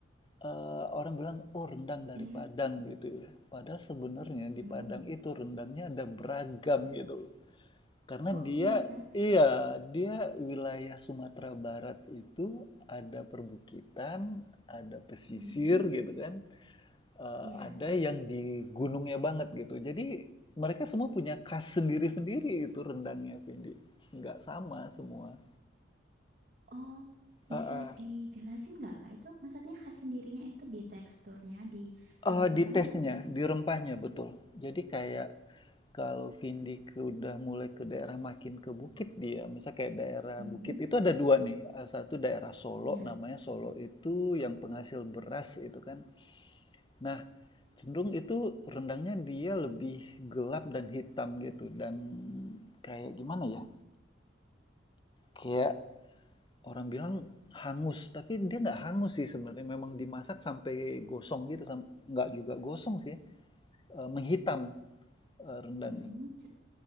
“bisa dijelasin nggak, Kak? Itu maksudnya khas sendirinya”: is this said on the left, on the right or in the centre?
Right